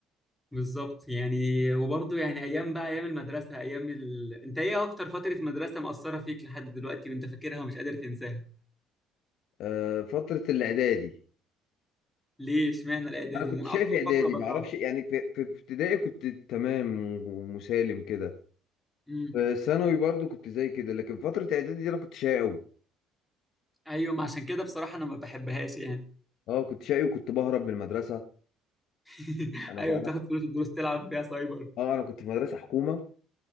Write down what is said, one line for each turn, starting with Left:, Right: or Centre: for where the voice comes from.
Centre: بالظبط يعني وبرضه يعني ايام بقى ايام المدرسه ايام ال... انت ايه اكتر فتره مدرسه مأثره فيك لحد دلوقتي وانت فاكرها ومش قادر تنساها
Left: آه، فترة الإعدادي
Centre: ليه اشمعنى الاعدادي
Left: أنا كنت
Centre: ده انا
Left: شايف
Centre: اكتر
Left: إعدادي
Centre: فقره بكرهها
Left: معرفش يعني في في ابتدائي كنت تمام ومسالم كده
Centre: امم
Left: في ثانوي برضو كنت زي كده لكن فترة إعدادي دي أنا كنت شقي أوي
Centre: ايوه ما عشان كده بصراحه انا ما بحبهاش يعني
Left: أه كنت شقي وكنت بهرب من المدرسة
Centre: <laughs>
Left: أنا
Centre: ايوه
Left: أنا
Centre: بتاخد فلوس الدروس تلعب بيها سايبر
Left: أه أنا كنت في مدرسة حكومة